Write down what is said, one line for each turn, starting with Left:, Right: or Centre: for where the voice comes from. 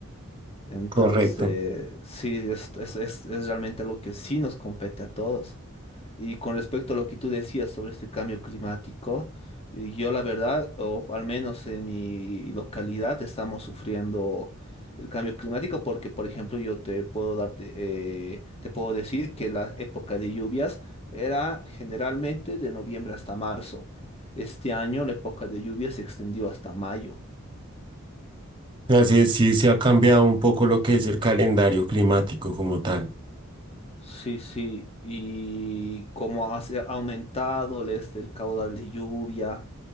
Left: Entonces,
Right: Correcto.
Left: sí, es, es, es, es realmente algo que sí nos compete a todos. Y con respecto a lo que tú decías sobre este cambio climático, y yo la verdad, o al menos en mi localidad, estamos sufriendo el cambio climático porque, por ejemplo, yo te puedo dar, de- eh, te puedo decir que la época de lluvias era generalmente de noviembre hasta marzo. Este año la época de lluvias se extendió hasta mayo.
Right: Así es, sí se ha cambiado un poco lo que es el calendario climático como tal.
Left: Sí, sí, y como ha se ha aumentado el, este, el caudal de lluvia,